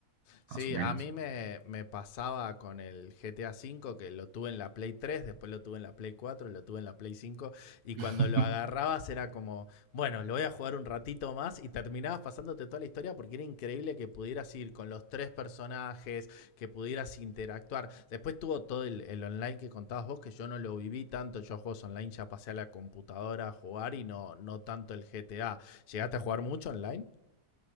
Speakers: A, on the left; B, on the right.
A: Sí,
B: más o menos.
A: a mí me, me pasaba con el GTA V, que lo tuve en la Play 3, después lo tuve en la Play 4, lo tuve en la Play 5, y
B: <laughs>
A: cuando lo agarrabas era como, bueno, lo voy a jugar un ratito más, y terminabas pasándote toda la historia porque era increíble que pudieras ir con los tres personajes, que pudieras interactuar. Después tuvo todo el, el online que contabas vos, que yo no lo viví tanto, yo a juegos online ya pasé a la computadora a jugar y no, no tanto el GTA. ¿Llegaste a jugar mucho online?